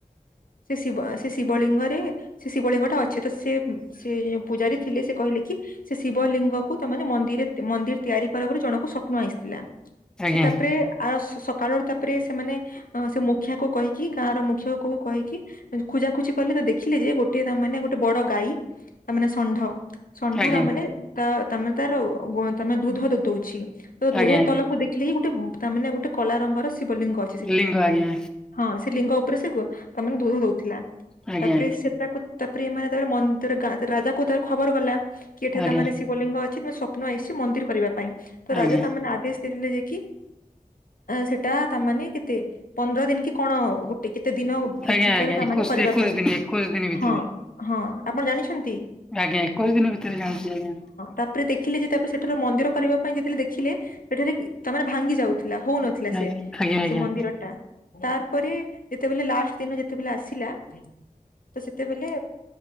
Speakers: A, on the left (about 75°); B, in the centre.
A: ସେ ଶିବ ଆ, ସେ ଶିବଲିଙ୍ଗରେ ସେ ଶିବଲିଙ୍ଗ ଟା ଅଛି ତ ସେ ଉଁ, ସେ ଯୋଉ ପୂଜାରୀ ଥିଲେ ସେ କହିଲେ କି ସେ ଶିବଲିିଙ୍ଗକୁ ତୋମେ ମାନେ ମନ୍ ଦିରେ ତି-ମନ୍ଦିରେ ତିଆରି କର ବୋଲି ଜଣଙ୍କୁ ସ୍ୱପ୍ନ ଆସିଥିଲା।
B: ଆଜ୍ଞା
A: ସେ ତା ପରେ - ସିଏ ଆ, ସ-ସକାଳର ତା ପରେ ସେମାନେ ଅ, ସେ ମୁଖିଆକୁ କହିକି ଗାଁର ମୁଖ୍ୟକକୁ କହିକି ଖୋଜାଖୋଜି କଲେ ତ ଦେଖିଲେ ଯେ ଗୋଟେ ତା ମାନେ ଗୋଟେ ବଡ ଗାଈ ତା ମାନେ ଷଣ୍ଢ। ଷଣ୍ଢ
B: ଆଜ୍ଞା ଆଜ୍ଞା
A: ତା ମାନେ ତା ତା ମାନେ ତାର! ! ଦଉଛି ତ!
B: ଆଜ୍ଞା
A: ! ତଲକୁ ଦେଖି ଆକ୍ଟୁଆଲି ଗୋଟେ ତା ମାନେ ଗୋଟେ କଲା ରଙ୍ଗର ଶିବଲିଙ୍ଗ ଅଛି ସେଠିରେ।
B: ଲିଙ୍ଗ ଆଜ୍ଞା
A: ହଁ ସେ ଲିଙ୍ଗ ଉପରେ ସେ ତା ମାନେ ଦୁଧ ଦଉଥିଲା
B: ଆଜ୍ଞା
A: ତାପରେ ସେ ତା ପରେ ମାନେ ତାର ମନ୍ଦିର ଗ ରାଜା କୁ ତାର ଖବର ଗଲା। କି ଏଠି
B: ଆଜ୍ଞା
A: ତା ମାନେ ଶିବଲିଙ୍ଗ ଅଛି ତମେ ସ୍ୱପ୍ନ ଆସିଛି ମନ୍ଦିର କରିବା ପାଇଁ ତ
B: ଆଜ୍ଞା
A: ରାଜା ତା ମାନେ ଆଦେଶ ଦେଲେ ଯାଇକି ସେଟା ତା ମାନେ କେତେ ପନ୍ଦର ଦିନ କି କଣ ଗୋଟେ କେତେ ଦିନ
B: ଆଜ୍ଞା
A: ଭିତରେ
B: ଆଜ୍ଞା
A: ତା
B: ଏକୋଇଶ
A: ମାନେ କରିବା
B: ଏକୋଇଶ
A: ପାଇଁ
B: ଦିନ ଏକୋଇଶ ଦିନ ଭିତରେ
A: ହଁ ହଁ ଆପଣ ଜାଣିଛନ୍ତି?
B: ଆଜ୍ଞା ଏକୋଇଶ ଦିନ ଭିତରେ ଜାଣିଚି ଆଜ୍ଞା।
A: ତା ପରେ ଦେଖିଲେ ଯେ ତାପରେ ସେଠାରୁ ମନ୍ଦିର କରିବା ପାଇଁ ଯେତେବେଳେ ଦେଖିଲେ ସେଠାରେ ତା ମାନେ ଭାଙ୍ଗି ଯାଉ। ଥିଲା ହଉ ନଥିଲା ସେ
B: ଆଜ୍ଞା ଆଜ୍ଞା
A: ସେ ମନ୍ଦିର ଟା। ତା ପରେ ଯେତେବେଳେ ଲାଷ୍ଟ ଦିନ ଯେତେବେଳେ ଆସିଲା ତ ସେତେବେଳେ